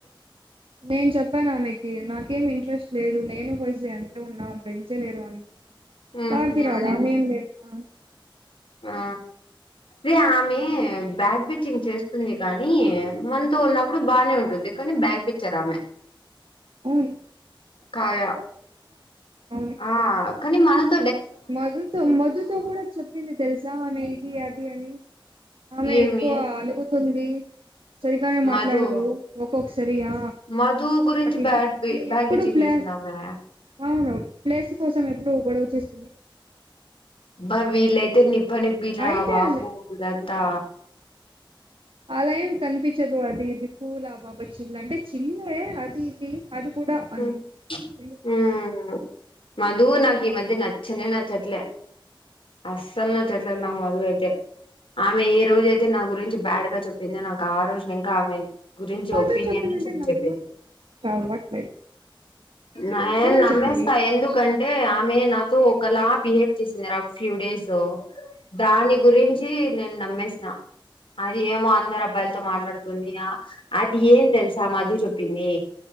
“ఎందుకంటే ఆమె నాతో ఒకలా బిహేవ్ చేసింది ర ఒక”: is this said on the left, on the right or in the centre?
Left